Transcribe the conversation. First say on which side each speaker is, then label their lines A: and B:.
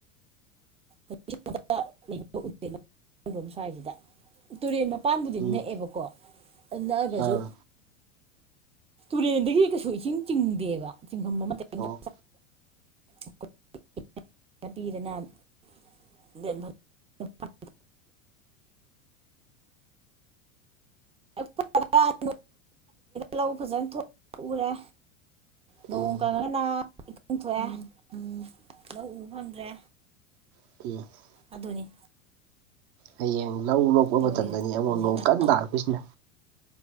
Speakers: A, on the right; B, on the right.
A: <unintelligible> ꯅꯣꯏ ꯔꯣꯝ ꯁ꯭ꯋꯥꯏꯖꯤꯗ ꯇꯨꯔꯦꯟ ꯃꯄꯥꯟꯕꯨꯗꯤ ꯅꯛꯑꯦꯕꯀꯣ
B: ꯎꯝ
A: ꯑꯗꯨ ꯅꯛꯑꯒꯖꯨ
B: ꯑꯥ
A: ꯇꯨꯔꯦꯟꯗꯒꯤ ꯀꯩꯁꯨ ꯏꯁꯤꯡ ꯆꯤꯡꯗꯦꯕ ꯆꯤꯡꯕꯝ ꯑꯃꯇ ꯍꯦꯛ ꯂꯩ
B: ꯑꯣ
A: <unintelligible> ꯄꯤꯗꯅ <unintelligible> <unintelligible> ꯂꯧ ꯐꯖꯅ ꯊꯣꯛ ꯊꯣꯛꯎꯔꯦ ꯅꯣꯡ
B: ꯎꯝ
A: ꯀꯪꯉꯒꯅ ꯏꯀꯪ ꯊꯣꯛꯑꯦ ꯎꯝ ꯂꯧ ꯎꯕ ꯐꯪꯗ꯭ꯔꯦ
B: ꯇꯦꯁ
A: ꯑꯗꯨꯅꯤ
B: ꯍꯌꯦꯡ ꯂꯧ ꯂꯣꯛꯄ
A: ꯇꯧꯔꯤ
B: ꯃꯇꯝꯗꯅꯤ ꯑꯃꯨꯛ
A: ꯍꯧꯖꯤꯛ
B: ꯅꯣꯡ ꯀꯟꯅ ꯇꯥꯔꯛꯇꯣꯏꯁꯤꯅ